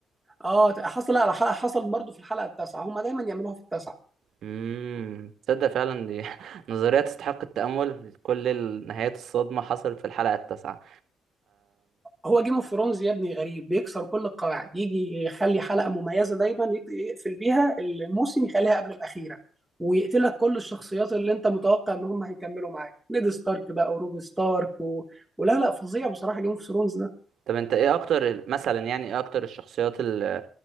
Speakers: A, in the centre; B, on the right.
A: اه حصل لا لا، حصل برضه في الحلقه التاسعه هما دايما يعملوها في التاسعه
B: امم تصدق فعلا دي <laughs> نظرية تستحق التأمل كل النهايات الصادمة حصلت في الحلقة التاسعة
A: هو جيم اوف ثرونز يا ابني غريب بيكسر كل القواعد يجي يخلي حلقه مميزه دايما يق- يقفل بيها الموسم يخليها قبل الاخيره ويقتلك كل الشخصيات اللي انت متوقع ان هم هيكملوا معاك نيد ستارك بقى وروب ستارك و... ولا لا فظيع بصراحه جيم اوف ثرونز ده
B: طب انت ايه اكتر مثلا يعني ايه اكتر الشخصيات ال-